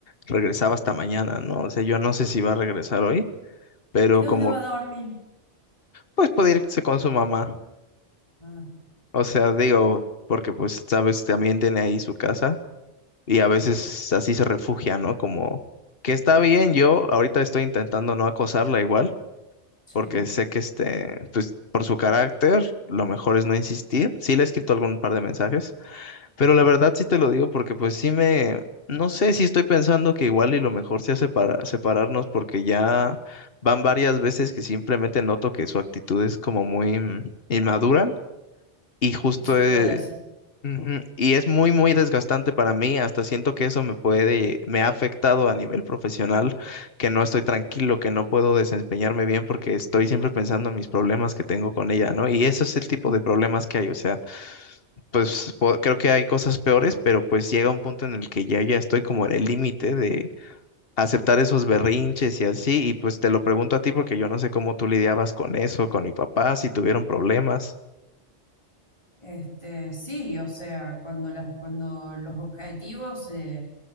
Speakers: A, on the left; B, on the left.
A: regresaba hasta mañana, ¿no? O sea, yo no sé si va a regresar hoy, pero
B: ¿Y dónde
A: como,
B: va a dormir?
A: pues puede irse con su mamá,
B: Ah,
A: O sea, digo, porque pues, sabes, también tiene ahí su casa y a veces así se refugia, ¿no? Como que está bien, yo ahorita estoy intentando no acosarla igual,
B: sí,
A: porque sé que este, pues por su carácter, lo mejor es no insistir. Sí le he escrito algún par de mensajes, pero la verdad sí te lo digo porque pues sí me, no sé si estoy pensando que igual y lo mejor sea separa- separarnos porque ya van varias veces que simplemente noto que su actitud es como muy mm, inmadura. Y justo
B: eso
A: eh,
B: te iba a decir.
A: Ujú, Y es muy, muy desgastante para mí. Hasta siento que eso me puede, me ha afectado a nivel profesional, que no estoy tranquilo, que no puedo desempeñarme bien porque estoy siempre pensando en mis problemas que tengo con ella, ¿no? Y ese es el tipo de problemas que hay. O sea, pues po- creo que hay cosas peores, pero pues llega un punto en el que ya, ya estoy como en el límite de aceptar esos berrinches y así. Y pues te lo pregunto a ti porque yo no sé cómo tú lidiabas con eso, con mi papá, si tuvieron problemas.
B: Este, sí, o sea, cuando, las, cuando los objetivos se,